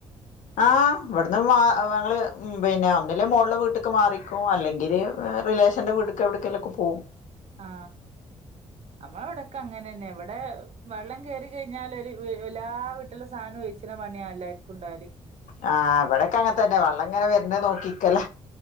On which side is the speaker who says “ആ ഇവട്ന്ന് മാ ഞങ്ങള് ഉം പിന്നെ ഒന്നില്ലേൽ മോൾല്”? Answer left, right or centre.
Left